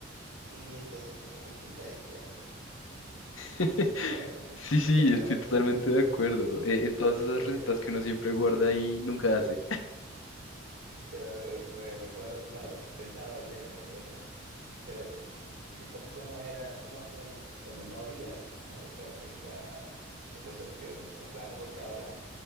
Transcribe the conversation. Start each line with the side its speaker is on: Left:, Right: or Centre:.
Right: Y entonces se me complicaría. pe.
Left: <laughs>
Right: <laughs>
Left: sí, sí,
Right: Pero,
Left: estoy totalmente de acuerdo. Eh, eh, todas
Right: no,
Left: esas
Right: también,
Left: recetas que uno siempre
Right: sí.
Left: guarda y nunca hace.
Right: Pero re- recuerdo, no, pensaba ahorita que me decías eso, pero sí, ¿cómo, cómo era, cómo hacíamos pues, cuando no había, ¿no? Esta, esta, estas opciones, ¿no? Claro, porque ahora